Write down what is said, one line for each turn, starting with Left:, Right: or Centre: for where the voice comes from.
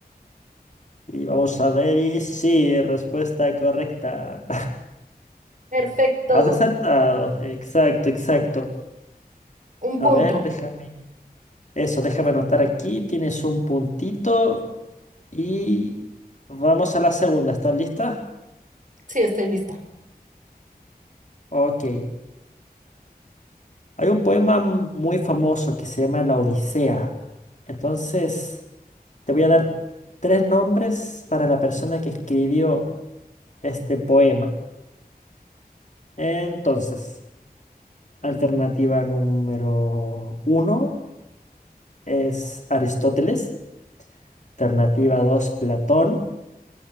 Left: Y vamos a ver y sí, respuesta correcta.
Right: Perfecto.
Left: <laughs> Has acertado. Exacto, exacto.
Right: Un
Left: A
Right: punto.
Left: ver, déjame. Eso, déjame anotar aquí. Tienes un puntito y vamos a la segunda. ¿Estás lista?
Right: Sí, estoy lista.
Left: Ok. Hay un poema muy famoso que se llama La Odisea. Entonces, te voy a dar tres nombres para la persona que escribió este poema. Entonces, alternativa número uno es Aristóteles, alternativa dos, Platón